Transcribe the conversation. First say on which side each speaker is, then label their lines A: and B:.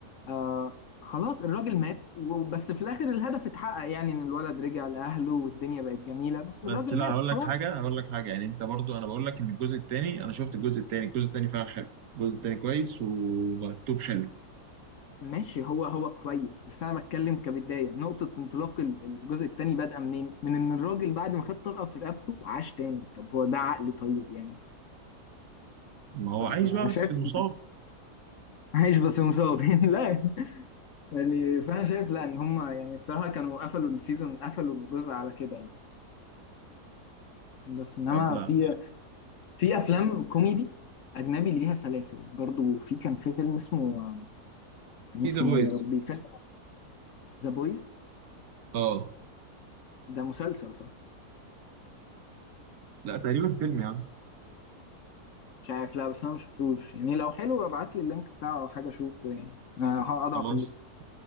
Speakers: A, on the left; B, on the right.
A: آه خلاص الراجل مات و- بس في الاخر الهدف اتحقق يعني ان الولد رجع لاهله والدنيا بقت جميله بس
B: بس
A: الراجل
B: لا
A: مات
B: هقول
A: خلاص
B: لك حاجه هقول لك حاجه يعني انت برضو انا بقول لك ان الجزء التاني انا شفت الجزء التاني الجزء التاني فعلا حلو الجزء التاني كويس ومكتوب حلو
A: ماشي هو هو كويس بس انا بتكلم كبدايه نقطه انطلاق ال- الجزء الثاني بدأ منين من ان الراجل بعد ما خد طلقه في رقبته عاش تاني طب هو ده عقل طيب يعني
B: ما هو
A: ف-
B: عايش بقى
A: فشايف
B: بس مصاب
A: <laughs> عايش بس مصاب <laughs> لا يعني فانا شايف لا ان هم يعني الصراحه كانوا قفلوا السيزون قفلوا الجزء على كده يعني بس انما
B: طب لا
A: في في افلام كوميدي اجنبي ليها سلاسل برضو في كان في فيلم اسمه كان
B: في
A: اسمه
B: ذا بويز
A: ايه يا ربي فيلم ذا بويز
B: اه
A: ده مسلسل صح
B: لا تقريبا فيلم يا عم
A: مش عارف لا بس انا ما شفتوش يعني لو حلو ابعت لي اللينك بتاعه او حاجه اشوفه يعني آه، هقطعه
B: خلاص
A: في الليست